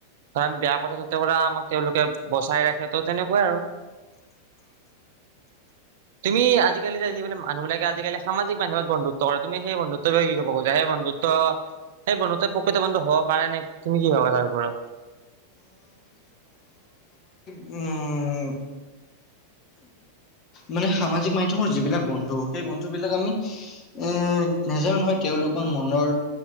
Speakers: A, on the right; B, on the left.
A: কাৰ বেয়া কথা ততে ব আমাক তেওঁলোকে বচাই ৰাখে তো তেনেকুৱাই আৰু
B: <unintelligible>
A: তুমি আজিকালি যে যিবিলাক মানুহবাকে আজিকালি সামাজিক মধ্যমত বন্ধু্ব তুমি সেই বন্ধু্ব ত কি কব খজা সেই বন্ধুতো সেইন্ধুত প্ৰকৃত বন্ধু হব পাৰে নে তুমি কি ভাবা তাৰ ওপৰত
B: ম মানে সামাজিক মাধ্যমৰ যিবিলাক বন্ধু সেই বন্ধু বিলাক আমি এ নজৰ নহয় তেওঁলোকৰ মনৰ